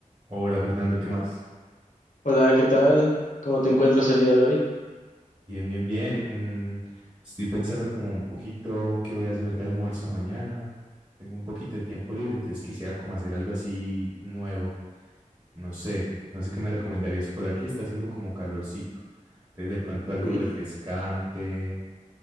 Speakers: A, on the right; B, on the left.
A: Hola Fernando, ¿qué más?
B: Hola, ¿qué tal? ¿Cómo te encuentras el día de hoy?
A: Bien, bien, bien. Mm, estoy pensando como un poquito qué voy a hacer de almuerzo mañana. Tengo un poquito de tiempo libre, entonces quisiera como hacer algo así nuevo. No sé, no sé qué me recomendarías. Por aquí está haciendo como calorcito. Entonces de pronto algo
B: Uy,
A: refrescante.